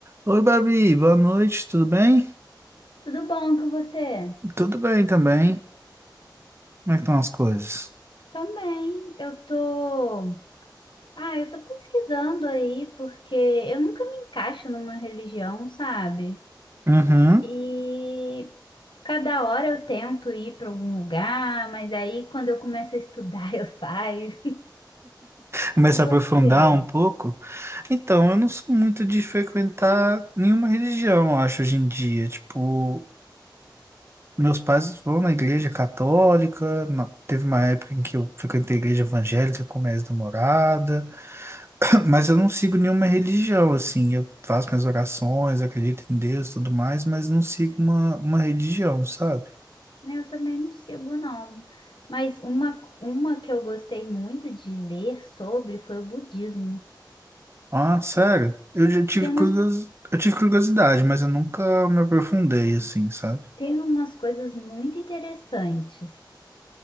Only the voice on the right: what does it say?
Oi, Babi, boa noite, tudo bem?
Tudo bem também. Como é que estão as coisas?
Uhum.
Começar
a aprofundar um pouco. Então, eu não sou muito de frequentar nenhuma religião, eu acho, hoje em dia. Tipo, meus pais vão na igreja católica, na- teve uma época em que eu frequentei a igreja evangélica com minha ex-namorada, <clears throat> mas eu não sigo nenhuma religião, assim. Eu faço minhas orações, acredito em Deus e tudo mais, mas não sigo uma, uma religião, sabe?
Ah, sério? Eu já tive
curiosidade,
eu tive curiosidade, mas eu nunca me aprofundei assim, sabe?